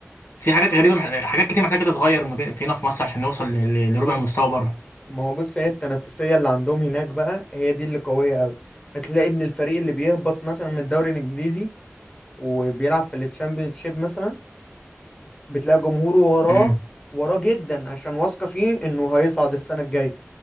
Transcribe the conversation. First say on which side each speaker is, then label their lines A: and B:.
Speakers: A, on the left (about 65°); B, on the left (about 20°).
A: في حاجات غريبه مح- حاجات كتير محتاجه تتغير ما بين في هنا في مصر عشان نوصل ل- ل- لربع المستوى بره
B: ما هو بص هي التنافسية اللي عندهم هناك بقى هي دي اللي قوية قوي هتلاقي ان الفريق اللي بيهبط مثلا من الدوري الانجليزي وبيلعب في الشامبيونشيب مثلا بتلاقي جمهوره وراه
A: امم
B: وراه جدا عشان واثقة فيه انه هيصعد السنة الجاية